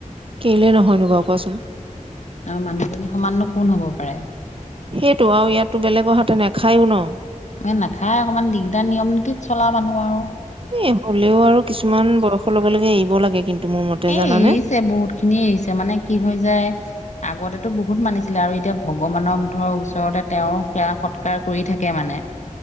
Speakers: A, on the right (about 40°); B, on the left (about 60°).
A: কেলে নহয়নো বাও কোৱাচোন।
B: আৰু মানুহজনী সমানো কোন হব পাৰে।
A: সেইটো আৰু ইয়াতো বেলেগ অহাতে নেখায়ো ন।
B: নাখায় অকমান দিগদাৰ নিয়ম নীতিত চলা মানুহ আৰু।
A: এ হ'লেও আৰু কিছুমান বয়সৰ লগে - লগে এৰিব লাগে কিন্তু। মোৰ মতে
B: এ
A: জানানে?
B: - এৰিছে বহুত খিনিয় এৰিছে মানে কি হৈ যায় আগতেতো বহুত মানিছিলে আৰু এতিয়া ভগৱানক ধৰ ওচৰতে তেওঁৰ সেৱা সৎকাৰ কৰি থাকে মানে